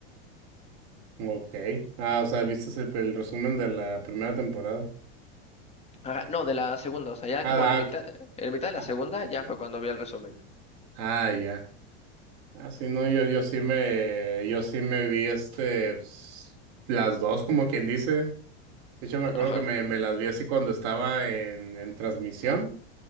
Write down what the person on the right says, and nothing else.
ujú. Ok. Ah, o sea, viste el, el resumen de la primera temporada.
Ah,
ah, ok.
Ah,
ah, ya. Ah, sí, no, yo, yo sí me, yo sí me vi este, pues, las dos, como quien dice. De hecho, me acuerdo
que me, me las vi así cuando estaba en, en transmisión.